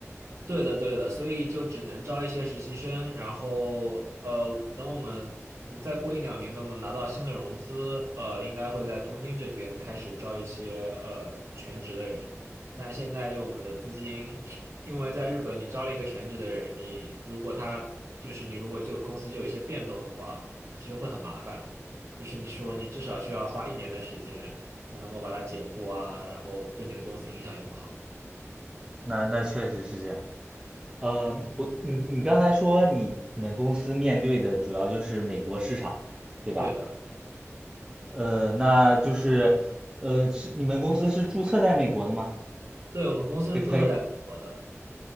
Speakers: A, on the right (about 65°); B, on the right (about 15°).
A: 对的，对的，所以就只能招一些实习生，然后呃，等我们嗯再过一两年，等我们拿到新的融资，呃，应该会在东京这边开始招一些呃全职的人。但现在就我们的资金，因为在日本你招了一个全职的人，你如果他就是你如果就公司就有一些变动的话，其实会很麻烦。就是你说你至少需要花一年的时间才能够把它解雇啊，然后对你的公司影响也不好。
B: 那那确实是这样。呃，我你你刚才说你们公司面对的主要就是美国市场，对吧？
A: 对的。
B: 呃，那就是呃，是你们公司是注册在美国的吗？
A: 对，我们公司是注册在美国的。
B: 可以